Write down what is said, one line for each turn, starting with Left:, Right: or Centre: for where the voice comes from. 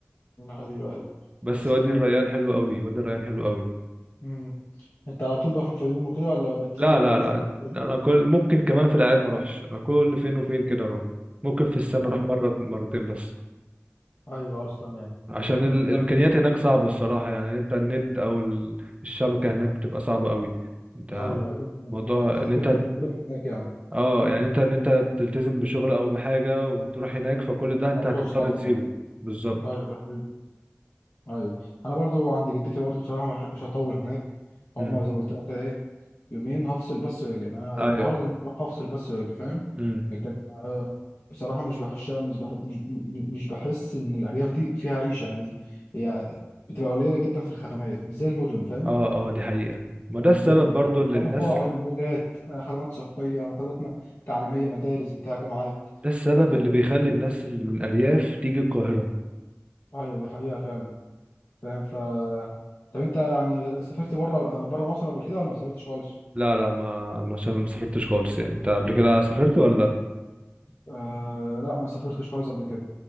Left: ايوه ايوه
Right: بس
Left: بس
Right: وادي
Left: جميله
Right: الريان حلو قوي وادي الريان حلو قوي
Left: مم. انت على طول بقى في الفيوم وكده ولا بتسافر
Right: لا
Left: مثلا
Right: لا
Left: في
Right: لا
Left: الريف؟
Right: ده انا كل ممكن كمان في الاعياد ما اروحش انا كل فين وفين كده اروح ممكن في السنه
Left: ايوه
Right: اروح مره مرتين بس
Left: ايوه اصلا يعني
Right: عشان ال-
Left: طب طيب
Right: الامكانيات هناك صعبه الصراحه يعني انت النت او ال- الشبكه هناك بتبقى صعبه قوي انت
Left: ايوه فأنت بتفضلش
Right: موضوع ان انت
Left: انك تروح هناك يعني
Right: اه يعني انت ان انت تلتزم بشغل او بحاجه وتروح هناك فكل ده انت
Left: موضوع
Right: هتضطر
Left: صعب
Right: تسيبه
Left: يعني
Right: بالظبط
Left: ايوه ده حقيقي. ايوه انا برضو عند جدتي برضو بصراحه ما بحبش اطول هناك هما
Right: امم
Left: زي ما قلت لك كده ايه يومين هفصل بس واجي انا
Right: ايوه
Left: الغرض ان أنا هفصل بس واجي فاهم
Right: امم
Left: لكن آه، بصراحه مش بحس مش بح- مش مش بحس ان الارياف دي فيها عيشه يعني هي بتبقى قليله جدا في الخدمات مش زي المدن فاهم
Right: اه اه دي حقيقه ما ده
Left: يعني
Right: السبب
Left: المدن بتبقى
Right: برضو اللي
Left: فيها
Right: الناس
Left: مطاعم مولات آه، خدمات صحيه خدمات م- تعليميه مدارس بتاع جامعات
Right: ده السبب
Left: لكن
Right: اللي بيخلي الناس اللي من ارياف تيجي القاهره
Left: ايوه دي حقيقه فعلا فاهم ف طب انت يعني سافرت بره بره مصر قبل كده ولا ما سافرتش خالص؟
Right: لا لا ما ما سا- ما سافرتش خالص يعني انت قبل كده سافرت ولا
Left: آه لا ما سافرتش خالص قبل كده